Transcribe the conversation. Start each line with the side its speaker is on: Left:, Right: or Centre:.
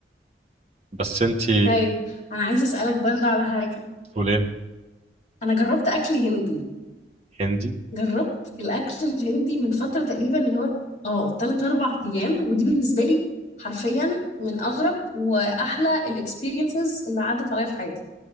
Right: بس انت
Left: طيب أنا عايزة أسألك برضه على حاجة
Right: تقول ايه
Left: أنا جربت أكل هندي
Right: هندي
Left: جربت الاكل الهندي من فتره تقريبا اللي هو اه 3 4 ايام ودي بالنسبه لي حرفيا من اغرب واحلى الاكسبيرينسز اللي عدت عليا في حياتي